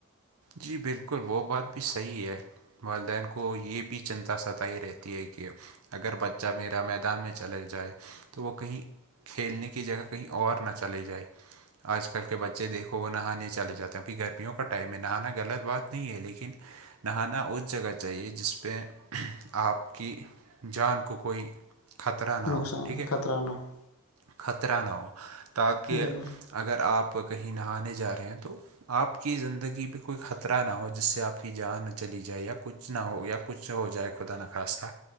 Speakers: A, on the right; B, on the left.
A: جی بالکل وہ بات بھی صحیح ہے والدین کو یہ بھی چنتا ستائی رہتی ہے کہ اگر بچہ میرا میدان میں چلے جائے تو وہ کہیں کھیلنے کی جگہ کہیں اور نہ چلے جائے آج کل کے بچے دیکھو وہ نہانے چے جاتے ہیں کہ گرمیوں کا ٹائم ہے نہیں نہانا غلط بات نہیں ہے لیکن نہانا اس جگہ چاہیے جس پہ آپ کی جان کو کوئی خطرہ نہ
B: نقصان
A: ہو ٹھیک ہے
B: خطرہ نہ ہو
A: خطرہ نا ہو تاکہ
B: جی بالکل
A: اگر آپ کہیں نہانے جا رہے ہیں تو آپ کی زندگی کوئی خطرہ نہ ہو جس سے آپ کی جان چلی جائے یا کچھ نہ ہو یا کچھ ہو جائے خدا نخواستہ